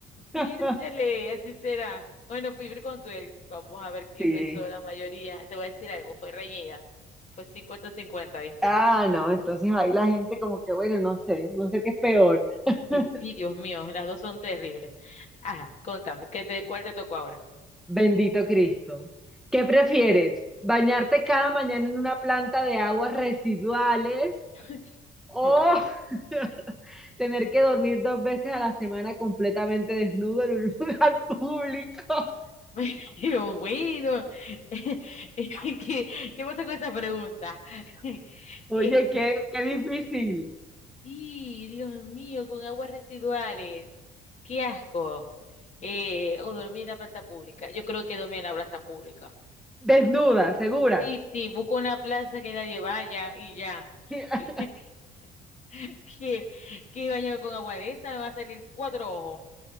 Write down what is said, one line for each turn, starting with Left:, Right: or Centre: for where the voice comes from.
Left: Dísele,
Centre: <laughs>
Left: así será. Bueno, vivir con tu ex. Vamos a ver qué
Centre: Sí.
Left: pensó la mayoría. Te voy a decir algo, fue reñida. Fue cincuenta cincuenta ¿viste?
Centre: Ah, no, entonces ahí la gente como que, bueno, no sé, no sé qué es peor. <laughs>
Left: Y sí, Dios mío, las dos son terribles. Ajá, contame, ¿qué te, cuál te tocó ahora?
Centre: Bendito Cristo. ¿Qué prefieres? ¿Bañarte cada mañana en una planta de aguas residuales
Left: <laughs>
Centre: o
Left: Dios mío.
Centre: <laughs> tener que dormir dos veces a la semana completamente desnudo en un <laughs> lugar público?
Left: <laughs> Pero bueno, <laughs> ¿qué, qué pasa con esa pregunta? <laughs>
Centre: Oye,
Left: Este,
Centre: qué, qué difícil.
Left: Sí, Dios mío, con aguas residuales. Qué asco. Eh, o dormir en la plaza pública. Yo creo que dormir en la plaza pública.
Centre: Desnuda, segura.
Left: Sí, sí, busco una plaza que nadie vaya y ya.
Centre: <laughs>
Left: Que, <laughs> que, que bañado con agua de esa me va a salir cuatro ojos.